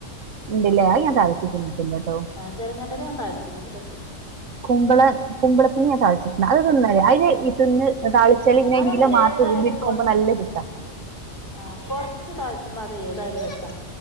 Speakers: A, on the right; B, on the left.
A: ഉണ്ടല്ലേ അത് ഞാൻ താളിച്ച് തിന്നിട്ടില്ല ട്ടോ
B: ആ ചെറങ്ങന്റല ഞാൻ താൾച്ചീന്ന് അത് രസന
A: കുമ്പളം കുമ്പളത്തിന് ഞാൻ താളിച്ചിട്ട് ല അയ് തിന്നലെ അയ്ന് ഇതിന്ന് താളി അയ്നെ
B: അത് നമ്മള്
A: ഇല മാത്ര
B: ഏതായാലും
A: ഊമ്പിട്ക്കുമ്പം
B: കൊറ
A: നല്ല രസ
B: ആഹ് കൊറ്ച് താൾച്ച്മ്പോ അത് ഏതായാലും രസ